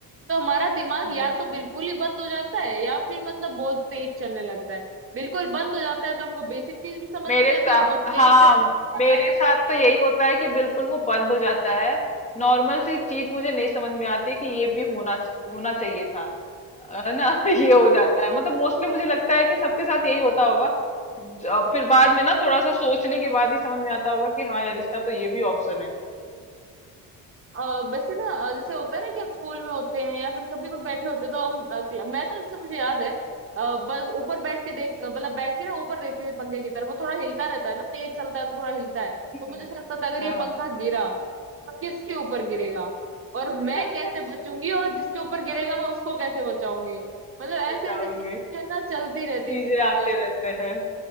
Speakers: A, on the right; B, on the left.
A: तो हमारा दिमाग
B: हम्म
A: या तो बिल्कुल ही बंद हो जाता है या फिर मतलब बहुत तेज चलने लगता है बिल्कुल बंद हो जाता है तो हमको बेसिक चीज भी समझ
B: मेरे
A: नहीं आती
B: साथ
A: और बहुत तेज
B: हाँ
A: चलने लगता
B: मेरे
A: है
B: साथ तो यही होता है कि बिल्कुल वो बंद हो जाता है नॉर्मल सी चीज मुझे नहीं समझ में आती कि ये भी होना होना चाहिए था है
A: तो
B: ना <laughs> ये हो जाता है मतलब मोस्टली मुझे लगता है कि सबके साथ यही होता होगा ज- फिर बाद में ना थोड़ा सा सोचने के बाद ही समझ में आता होगा कि हाँ यार इसका तो ये भी ऑप्शन है
A: अ, वैसे ना अ, जैसे होता है ना कि हम स्कूल में होते हैं या फिर कभी कोई बैठे होते हैं, तो हम अ, क्ल- मैं तो जैसे मुझे याद है अ, बस ऊपर बैठ के देख अ, मतलब बैठ के ना ऊपर देख के पंखे की तरफ वो थोड़ा हिलता रहता है ना तेज चलता है तो थोड़ा हिलता है
B: हम्म,
A: तो मुझे ऐसा लगता था अगर
B: हाँ
A: ये पंखा गिरा तो किसके ऊपर गिरेगा और
B: <laughs>
A: मैं कैसे बचूंगी और जिसके ऊपर गिरेगा मैं उसको कैसे बचाऊंगी मतलब ऐसे
B: बताऊंगी
A: ऐसे चीजें जो है ना चलती रहती
B: चीजें
A: है सिनारियोस
B: आते रहते हैं